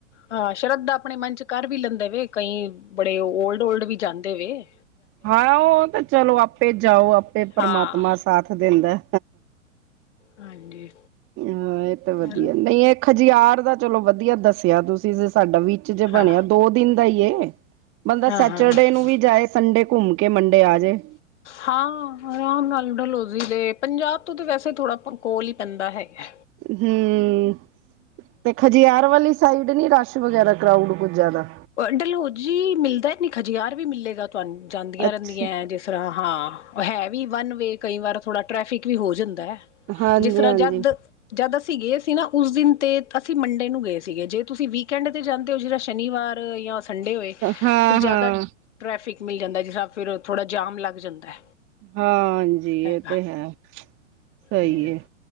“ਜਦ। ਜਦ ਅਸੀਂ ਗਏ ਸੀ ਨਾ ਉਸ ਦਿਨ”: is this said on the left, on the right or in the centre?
Left